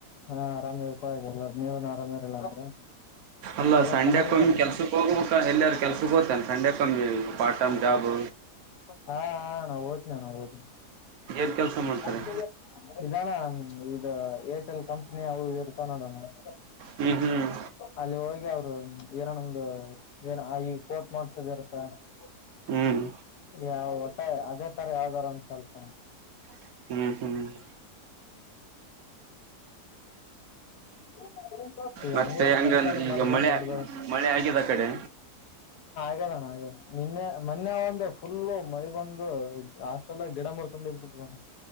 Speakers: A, on the left; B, on the right.
A: ಹಾ ಆರಾಮವಿಪ ಎಲ್ಲ ನೀವನು ಆರಾಮಿರಲ್ಲ ಅಂದ್ರ <unintelligible>
B: ಅಲ್ಲ
A: ಎಲ್ಲಾ
B: ಸಂಡೆಕೊಮ್ಮಿ
A: ಚೆನ್ನಾಗಿದಾರಂತ
B: ಕೆಲ್ಸಕ್ ಹೋಗ್ಬೇಕ ಎಲ್ಲಾರ ಕೆಲ್ಸಕ್
A: <unintelligible>
B: ಹೋಗ್ತಾನ ಸಂಡೆಕೊಮ್ಮಿ ಪಾರ್ಟ್ ಟೈಮ್ ಜಾಬ್
A: ಹ ಅಣ ಹೊತ್ನಾಣ ಹೊತ್ನಿ <unintelligible>
B: ಏನ್ ಕೆಲ್ಸ ಮಾಡ್ತಾರೆ
A: ಇದಣ ಇದ್ ಅ ಏರ್ಟೆಲ್ ಕಂಪ್ನಿ ಅವವು ಇರ್ತವ್ ನೋಡೋಣ <unintelligible>
B: ಹ್ಮ್ ಹ್ಮ್
A: ಅಲ್ಲಿ ಹೋಗಿ ಅವ್ ಏನನೊಂದು ಏನಾ ಈ ಪೋರ್ಟ್ ಮಾಡಸದ ಇರ್ತ <unintelligible>
B: ಹ್ಮ್
A: ಯಾವ ವಟ್ಟ ಅದೇ ತರ ಯಾವ್ದಾರ ಒಂದ್ ಕೆಲ್ಸ
B: ಹ್ಮ್
A: <unintelligible>
B: ಮತ್ತೆ
A: ಹಂಗೆ
B: ಹೆಂಗ್
A: ಸಣ್ಣ ಸಣ್ಣದ್
B: ಈಗ
A: ಮಾಡ್ಕ
B: ಮಳೆ
A: ದೊಡ್ಡ್ದ
B: ಮಳೆ ಆಗ್ಯದ ಆಕಡೆ
A: ಆಗದಣ ಆಗ್ಯದ ನಿನ್ನೆ ಮನ್ನೇ ಒಂದು ಫುಲ್ಲು ಮಳಿ ಬಂದು ಹಸ್ಟಾಲ್ದಾಗ್ ಗಿಡ ಮುರ್ಕೊಂಡ್ ಬಿದ್ದ್ ಬಿಟ್ಟದಣ